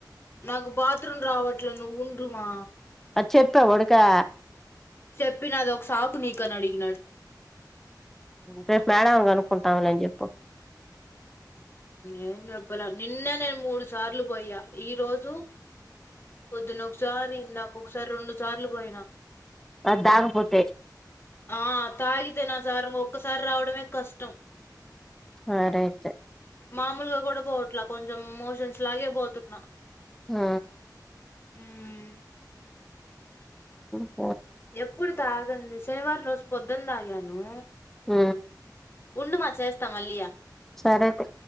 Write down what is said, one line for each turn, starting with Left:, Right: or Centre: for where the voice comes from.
Left: నాకు బాత్ రూం రావట్లే నువ్వు ఉండు మా
Centre: అద్ చెప్పా వడకా
Left: చెప్పిన అది ఒక సాకు నీకని అడిగినాడు
Centre: రేపు మేడంని కనుకుంటాంలే అని చెప్పు
Left: ఏం చెప్పలా నిన్నే నేను మూడు సార్లు పోయ్యా ఈ రోజు పొద్దున ఒకసారి నాకొ ఒకసారి రెండుసార్లు పోయినా
Centre: అద్దగపోతే
Left: ఆ తాగితేనా సార్ ఒక్కసారి రావడమే కష్టం
Centre: సరైతే
Left: మామూలుగా కూడా పోవట్లా కొంచెం మోషన్స్ లాగే పోతున్
Centre: ఆ
Left: ఊమ్
Centre: ఆ
Left: ఎప్పుడు తాగంది శనివారం రోజు పొద్దున తాగాను.
Centre: ఊ
Left: ఉండుమా చేస్తాం మళ్లియా
Centre: సరే అయితే